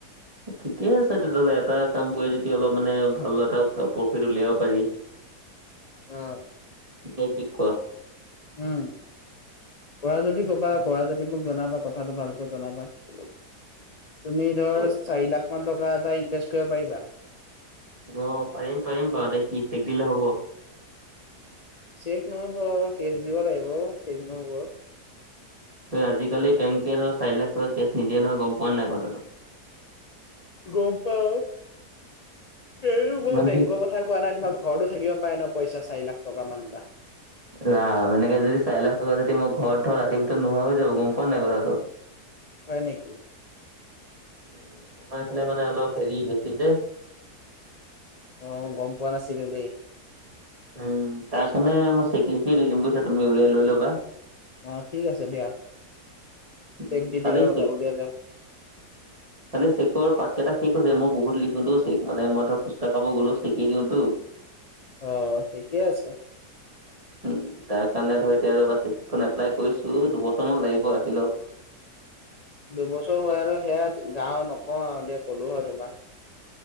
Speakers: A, on the right; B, on the left.
A: ঠিকে আছে তেতিয়া হ'লে এটা কাম কৰি যদি অলপ মানে ভাল এটা প্ৰফিট উলিয়াব পাৰি। <inaudible>
B: অ',
A: নে কি কোৱা?
B: উম, কৰা যদি কবা কোৱা যদি মোক জনাবা কথাটো ভালকৈ জনাবা। তুমি ধৰ
A: কোৱা?
B: চাৰি লাখ মান টকা এটা ইনভেষ্ট কৰিব পাৰিবা?
A: অ, পাৰিম -পাৰিম বাৰুতে কি চেক দিলে হ'ব?
B: চেক ন'হব কেচ দিব লাগিব চেক ন'হব।
A: আজিকালি বেংকে ধৰ চাৰি লাখ টকা কেছ নিদিয়ে নহয় গম পোৱানে নাই কথাটো?
B: গম পাও এই
A: ইমানখিনি
B: মই বেংকৰ কথা কোৱা নাই তোমাৰ ঘৰতো থাকিব পাৰে ন' পইচ চাৰি লাখ টকা মান বা।
A: ৰাম এনেকে যদি চাৰি লাখ টকা যদি মই ঘৰত থওঁ ৰাতিৰ ভিতৰত নোহোৱা হৈ যাব গম পোৱা নাই কথাটো? <inaudible>
B: হয় নেকি?
A: উম, আমাৰ ইফালে
B: অ
A: মানে অলপ হেৰি বেছি যে।
B: অ, গম পোৱা নাছিলো দেই।
A: উম, তাছ মানে মই চেক লিখিয়ে দি দিম বুইছা তুমি উলিয়াই লৈ ল'বা।
B: অ, ঠিক আছে দিয়া।
A: উম,
B: চেক দি
A: খালি
B: দিবা
A: চেক
B: উলিয়ালে
A: খালি চেকৰ পাত কেইটা শেষ হৈছে মই বহুত লিখো টো চেক মানে মই ধৰ ফুচকা খাব গলোঁ চেকে দিওঁতো।
B: অ, ঠিকে আছে।
A: উম, তাৰ কাৰণে ধৰ এতিয়া ৰবা চেকখন এপ্লাই কৰিছো দুবছৰ মান লাগিব আহি ল'ক।
B: দুবছৰ হোৱা আৰু সেয়া গাওঁ নকওঁ আৰু দিয়া ক'লো হয় তোমাক